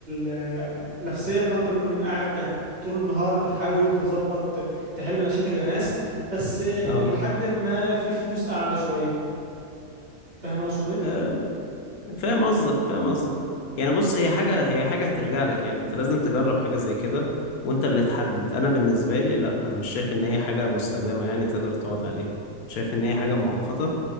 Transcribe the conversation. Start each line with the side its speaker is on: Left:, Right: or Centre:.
Right: آه، نفسية نكون قاعد ت- طول النهار بتحاول تظبط تحل مشاكل الناس بس آه،
Left: اه
Right: لحد ما في فلوس أعلى شوية فاهم أقصد إيه؟
Left: آه، فاهم قصدك فاهم قصدك يعني بص هي حاجة هي حاجة هترجع لك يعني انت لازم تجرب حاجة زي كده وانت اللي تحدد انا بالنسبة لي لا انا مش شايف ان هي حاجة مستدامة يعني تقدر تقعد عليها شايف ان هي حاجة مؤقتة